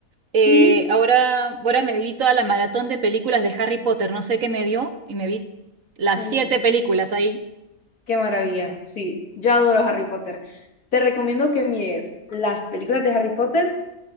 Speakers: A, on the right; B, on the left.
A: Eh,
B: Ujú.
A: ahora, ahora me vi toda la maratón de películas de Harry Potter, no sé qué me dio, y me vi las
B: Mm,
A: siete películas ahí.
B: qué maravilla, sí, yo adoro Harry Potter. Te recomiendo que mires las películas de Harry Potter